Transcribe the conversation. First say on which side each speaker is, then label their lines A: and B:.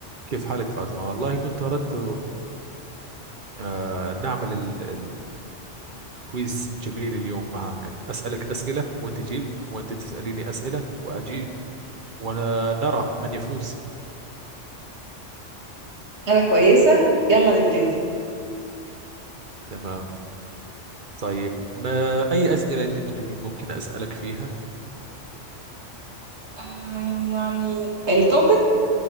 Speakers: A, on the right; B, on the right.
A: كيف حالك فاطمة؟ والله كنت أردت آه، نعمل ال- ال- الكويز جميل اليوم معك أسألك أسئلة وتجيب وأنت تسأليني أسئلة وأجيب ونرى من يفوز
B: انا كويسة يلا نبتدي
A: تمام طيب ما أي أسئلة أنت تريدين ممكن أسألك فيها؟
B: آه، يعني التوبيك